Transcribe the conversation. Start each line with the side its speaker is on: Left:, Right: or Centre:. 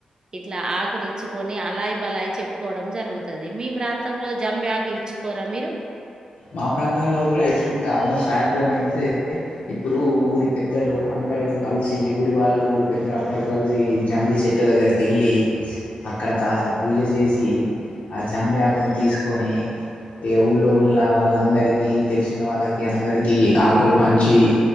Right: ఇట్లా ఆకులిచ్చుకొని అలాయి బలాయి చెప్పుకు కోవడం జరుగుతది. మీ ప్రాంతంలో జంబి ఆకు ఇచ్చుకోరా మీరు
Left: మా ప్రాంతంలో కూడా ఇచ్చుకుంటాము. సాయంత్రం వెళ్తే ఇప్పుడు ఊరి పెద్దలు అందరం కలిసి ఊరి వాళ్ళు ఊరి పెద్ద అందరు కలిసి జంబి చెట్టు దగ్గరికి ఎళ్ళి అక్కడ కాస్త పూజ జెసి ఆ జాంబిఆకుని తీసుకొని ఇగ్ ఊళ్ళో లా వాళ్ళందరికి తెలిసిన వాళ్ళకి అందరికి ఆ క్కులు పంచి